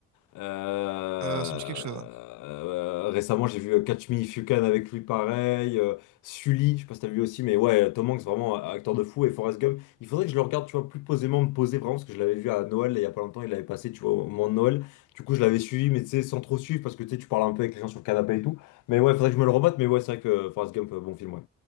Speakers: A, on the left (about 85°); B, on the right (about 70°).
A: Euh,
B: euh, ça me dit quelque chose. hein.
A: euh, récemment, j'ai vu euh, Catch Me If You Can avec lui, pareil. euh, Sully, je sais pas si t'as vu aussi, mais ouais, Tom Hanks, vraiment un acteur de fou. Et Forrest Gump, il faudrait que je le regarde, tu vois, plus posément, me poser vraiment, parce que je l'avais vu à Noël, là, il y a pas longtemps, il l'avait passé, tu vois, au moment de Noël. Du coup, je l'avais suivi, mais tu sais, sans trop suivre, parce que tu sais, tu parles un peu avec les gens sur le canapé et tout. Mais ouais, faudrait que je me le remette, mais ouais, c'est vrai que Forrest Gump, euh, bon film, ouais.